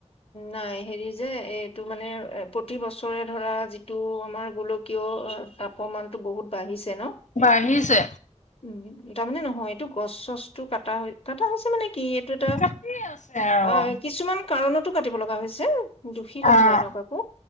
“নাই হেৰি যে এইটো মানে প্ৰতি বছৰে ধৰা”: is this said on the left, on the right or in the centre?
Left